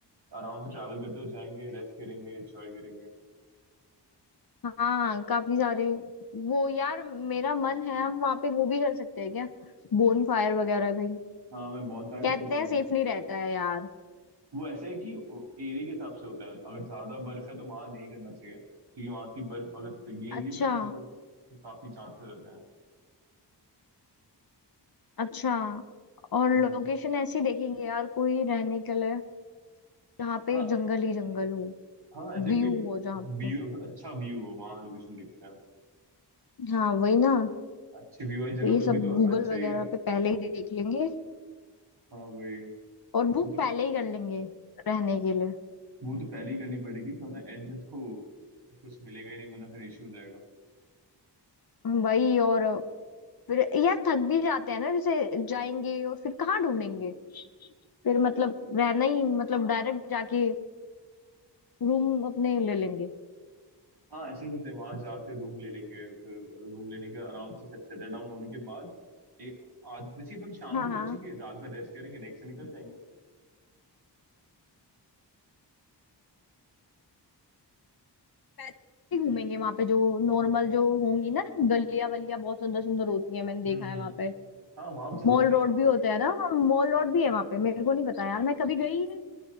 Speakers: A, on the right; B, on the left.
A: आराम से ट्रैवल करते हुए जाएंगे रेस्ट करेंगे एंजॉय करेंगे
B: हाँ काफी सारे वो यार मेरा मन है हम वहाँ पे वो भी कर सकते हैं क्या बोन फायर वगैरह कहीं
A: हाँ मैं बॉनसाई का
B: कहते
A: सोच रहा
B: हैं सेफ
A: था
B: नहीं रहता है यार
A: वो ऐसा है कि एरिया के हिसाब से होता है अगर ज्यादा बर्फ है तो वहां नहीं करना चाहिए क्योंकि वहां की बर्फ अगर पिघलेगी
B: अच्छा
A: तो फिर वो काफी चांसेस रहते हैं
B: अच्छा और
A: हम्म
B: लोकेशन ऐसी देखेंगे यार कोई रहने के लिए जहाँ पे
A: हाँ
B: जंगल ही जंगल हो
A: हाँ ऐसे
B: व्यू
A: कोई
B: हो जहाँ
A: व्यू
B: पे
A: अच्छा व्यू हो वहाँ लोकेशन देखते हैं
B: हाँ वही ना
A: अच्छी व्यू वाली जगह
B: तो ये
A: मिल
B: सब
A: गई तो
B: गूगल
A: अच्छा
B: वगैरह
A: ही है
B: पे पहले ही देख लेंगे
A: हाँ वही
B: और बुक
A: वो तो
B: पहले ही कर लेंगे रहने के लिए
A: वो तो पहले ही करनी पड़ेगी क्योंकि एंड में तो कुछ मिलेगा ही नहीं वरना फिर इशू हो जाएगा
B: वही और फिर यार थक भी जाते हैं ना जैसे जाएंगे और फिर कहाँ ढूंढेंगे फिर मतलब रहना ही मतलब डायरेक्ट जाके रूम अपने ले लेंगे
A: हाँ ऐसे ही करते हैं वहां जाके रूम ले लेंगे फिर रूम लेने के आराम से सेटल डाउन होने के बाद एक आज जैसे ही अपन शाम
B: हाँ
A: को पहुंचेंगे
B: हाँ
A: रात भर रेस्ट करेंगे नेक्स्ट से निकल जाएंगे
B: पैदल ही घूमेंगे वहां पे जो नॉर्मल जो होंगी ना गलियां वलियां बहुत सुंदर सुंदर होती है मैंने देखा
A: हम्म
B: है
A: हम्म।
B: वहां पे हम्म।
A: हाँ वहां बचा सकते
B: मॉल हम्म,
A: हैं
B: रोड भी होता है ना मॉल रोड भी है वहां पे मेरे को नहीं पता यार मैं कभी गई ही नहीं